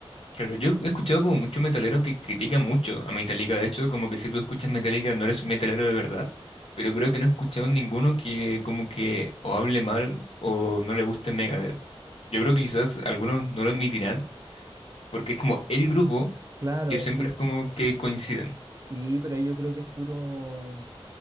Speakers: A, on the left; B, on the right.
A: Claro, yo he escuchado como muchos metaleros que critican mucho a Metallica. De hecho, como que si tú escuchas Metallica no eres metalero de verdad. Pero creo que no he escuchado ninguno que como que o hable mal o no le guste Megadeth. Yo creo que quizás algunos no lo admitirán porque es como el grupo
B: Claro,
A: que siempre
B: es que
A: es como que coinciden.
B: sí, pero ahí yo creo que es puro,